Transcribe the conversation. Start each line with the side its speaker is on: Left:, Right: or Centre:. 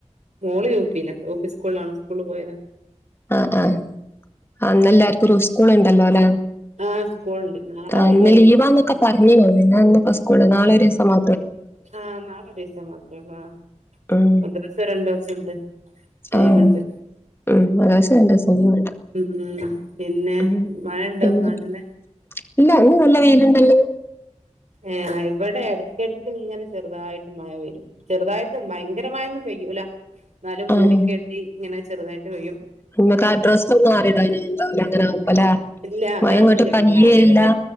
Right: മോള് യു പില്ല യു പി സ്കൂളിലണ് സ്കൂളിൽ പോയത്
Left: ആഹ് അ എല്ലാർക്കും ഒരു സ്കൂൾ ഇണ്ടല്ലോ അല്ലെ
Right: ആഹ് സ്കൂളുണ്ട് നാളെ
Left: ആ
Right: ഒഴിവായിരിക്കും
Left: ഇന്ന് ലീവന്നൊക്കെ പറഞ്ഞോ എന്ന പൂ നാളെ ഒരു രിവസമാ
Right: ആ നാളെ ഒരു ദിവസ മാത്രള്ള
Left: ഉം
Right: ഒന്ന് ദിവസം രണ്ടു ദിവസുണ്ട് ലീവുണ്ട്
Left: ആഹ് ഉം മദ്രസ രണ്ട് ദിവസം ലീവുണ്ട്
Right: ഉം പിന്നെ
Left: ഉം
Right: മഴുണ്ടോ
Left: പിന്നെ
Right: നാട്ടൽ
Left: ഇല്ല നല്ല വെയിൽണ്ടല്ലോ
Right: ഏ ഇവിടെ ഇടക്കിടക്ക് ഇങ്ങനെ ചെറുതായിട്ട് മഴ വരും ചെറുതായിട്ട് ഭയങ്കര മഴൊന്നും പെയ്യൂല എന്നാലും
Left: ആഹ്
Right: മൂടി കെട്ടി ഇങ്ങനെ ചെറുതായിട്ട് വ്യും
Left: നിങ്ങക്ക് അഡ്രസ് ഒും മാറിട അ എന്താവല അങ്ങനൊവ്പ അല്ലെ
Right: ഇല്ല അങ്ങനെയൊന്നുംില്ല
Left: മഴ ഇങ്ങോട്ട് പയ്യേ
Right: ഞാന്
Left: ഇല്ല
Right: പിന്നെ